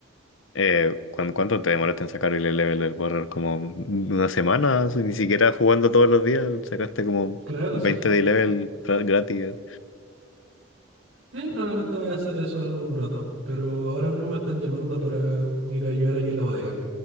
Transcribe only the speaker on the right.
claro,
sí.
Eh, probablemente vaya a hacer eso ahora en un rato, pero ahora mismo me están llamando para mm, ir a ayudar ahí en la bodega.